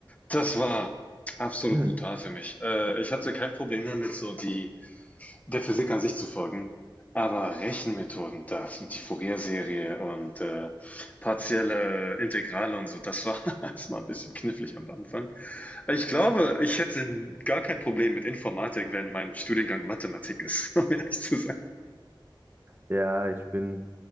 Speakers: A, on the left; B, on the right.
A: Das war absolut
B: <clears throat> Hm.
A: brutal für mich. Äh, ich hatte kein Problem damit, so die der Physik an sich zu folgen, aber Rechenmethoden, das, die Fourier-Serie und äh, partielle Integrale und so, das war, <laughs> das war ein bisschen knifflig am Anfang. Ich glaube, ich hätte gar kein Problem mit Informatik, wenn mein Studiengang Mathematik ist, <laughs> um ehrlich zu sein.
B: Ja, ich bin,